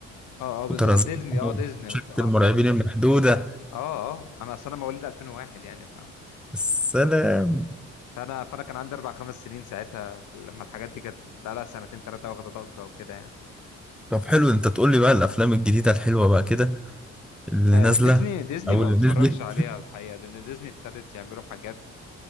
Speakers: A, on the left; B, in the centre.
A: اه اه بالظبط
B: وترزمون
A: ديزني اه ديزني
B: شركة
A: وت... اه
B: المرعبين المحدودة
A: اه اه انا اصل انا مواليد 2001 يعني ف...
B: السلام
A: فانا فانا كان عندي اربع خمس سنين ساعتها لما الحاجات دي كانت بقى لها سنتين ثلاثه واخده ضجه وكده يعني
B: طب حلو انت تقول لي بقى الافلام الجديدة الحلوة بقى كده اللي
A: آه،
B: نازلة
A: ديزني ديزني
B: او
A: ما
B: اللي
A: بتفرجش
B: نزلت
A: عليها الحقيقه لان ديزني ابتدت يعملوا حاجات